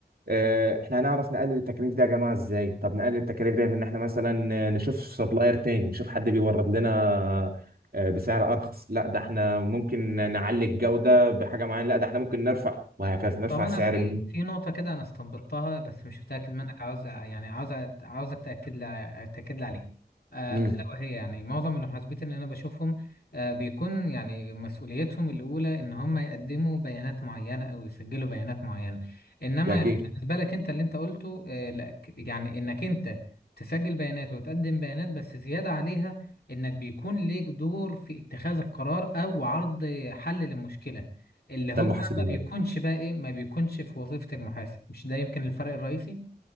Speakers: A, on the right (about 60°); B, on the left (about 65°).
A: آه، احنا هنعرف نقلل التكاليف دي يا جماعة ازاي طب نقلل التكاليف دي ان احنا مثلا نشوف سبلاير تاني نشوف حد بيورد لنا آه، بسعر ارخص لا ده احنا ممكن نعلي الجودة بحاجة معينة لا ده احنا ممكن نرفع وهكذا نرفع
B: طب انا
A: سعر
B: في
A: المنتج
B: في نقطه كده انا استنبطتها بس مش متاكد منك عاوز يعني عاوز أت- عاوزك تاكد لي تاكد لي عليها آه،
A: امم
B: الا وهي يعني معظم المحاسبين اللي انا بشوفهم آه، بيكون يعني مسؤوليتهم الاولى ان هم يقدموا بيانات معينه او يسجلوا بيانات معينه انما
A: ده اكيد
B: يعني بالنسبه لك انت اللي انت قلته آه، لا ك- يعني انك انت تسجل بيانات وتقدم بيانات بس زياده عليها انك بيكون ليك دور في اتخاذ القرار او عرض حل للمشكله اللي هو
A: ده المحاسب
B: ما
A: المالي
B: بيكونش بقى ايه ما بيكونش في وظيفة المحاسب مش ده يمكن الفرق الرئيسي